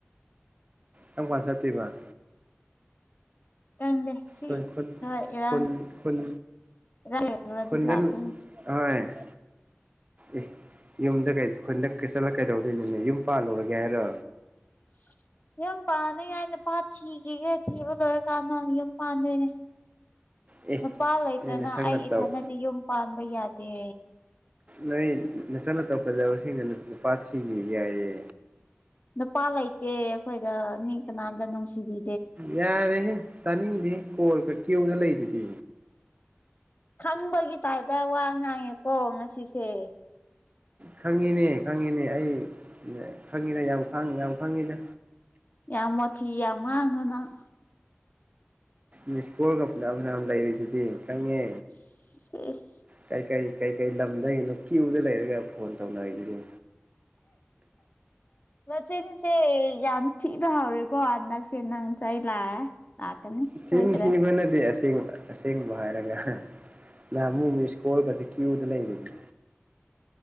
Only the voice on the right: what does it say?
ꯀꯝꯀꯥꯟ ꯆꯠꯇꯣꯏꯕ
ꯈꯨꯟ ꯈꯨꯟ
ꯈꯨꯟ ꯈꯨꯟ
ꯈꯨꯟꯗ
ꯍꯣꯏ ꯑꯦ ꯌꯨꯝꯗ ꯀꯩ ꯈꯨꯟꯗꯥ ꯆꯠꯂ ꯀꯩꯗꯧꯗꯣꯏꯅꯤꯅꯦ ꯌꯨꯝ ꯄꯥꯜꯂꯨꯔꯒꯦ ꯍꯥꯏꯔꯣ
ꯑꯦ
ꯅꯣꯏ ꯅꯁꯛ
ꯅꯇꯧ
ꯅꯣꯏ ꯅꯆꯠ ꯅꯇꯧ ꯐꯖꯕꯁꯤꯡꯅ ꯅꯨꯄꯥ ꯊꯤꯈꯤꯒꯦ ꯍꯥꯏꯌꯦ
ꯌꯥꯔꯦꯍꯦ ꯇꯥꯅꯤꯡꯗꯦ ꯀꯣꯜꯒ ꯀ꯭ꯌꯨꯗ ꯂꯩꯗꯨꯗꯤ
ꯈꯪꯉꯤꯅꯦ ꯈꯪꯉꯤꯅꯦ ꯑꯩ ꯈꯪꯉꯤꯗ ꯌꯥꯝ ꯌꯥꯝ ꯈꯪꯉꯤꯗ
ꯃꯤꯁꯀꯣꯜꯒ ꯐꯅꯌꯥꯝ ꯐꯅꯌꯥꯝ ꯂꯩꯔꯤꯗꯨꯗꯤ ꯈꯪꯉꯦ
ꯀꯩꯀꯩ ꯀꯩꯀꯩ ꯂꯝꯗꯒꯤꯅꯣ ꯀ꯭ꯌꯨꯗ ꯂꯩꯔꯒ ꯐꯣꯟ ꯇꯧꯅꯔꯤꯗꯨ
ꯆꯤꯟ
ꯊꯤꯕ ꯅꯠꯇꯦ ꯑꯁꯦꯡ ꯑꯁꯦꯡꯕ ꯍꯥꯏꯔꯒ ꯅꯍꯥꯟꯃꯨꯛ ꯃꯤꯁꯀꯣꯜꯒꯖꯦ ꯀ꯭ꯌꯨꯗ ꯂꯩꯕꯅꯤ